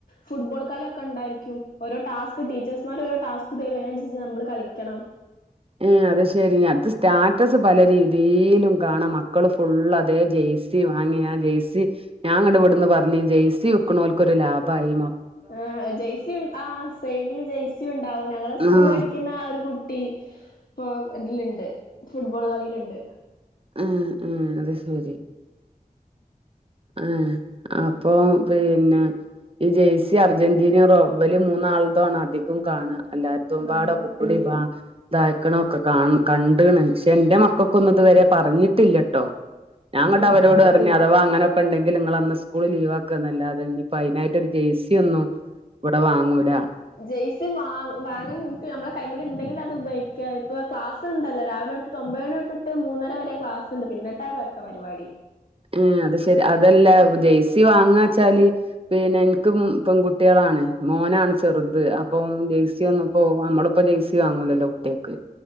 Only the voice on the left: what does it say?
ഫുട്ബോൾ കളിയൊക്കെ ഉണ്ടായിരിക്കും ഓരോ ടാസ്ക് ടീച്ചേഴ്സ്മാര് ഓരോ ടാസ്ക് തരും അയിനനുസരിച്ച് നമ്മള് കളിക്കണം
ആ ജെയ്സി ഉ ആ സൈഡില് ജെയ്സി ഉണ്ടാവും ഞങ്ങളെ സ്കൂളിൽ
പഠിക്കുന്ന ഒരു കുട്ടി ഇപ്പൊ ഇതിലുണ്ട് ഫുട്ബോൾ കളിയിലുണ്ട്
ആഹ്
ഉം
ജെയ്സി വാങ്ങ വാങ്ങാൻ നമ്മക്കെ നമ്മ കൈമ്മേൽ ഉണ്ടെങ്കിൽ അത് ഉപയോഗിക്കുക ഇപ്പൊ ക്ലാസ് ഉണ്ടല്ലോ രാവിലെ തൊട്ടിട്ട് ഒമ്പതര തൊട്ടിട്ടെ മൂന്നര വരെ ക്ലാസ്സുണ്ട് പിന്നെ പട്ടാ പക്ക പരിപാടി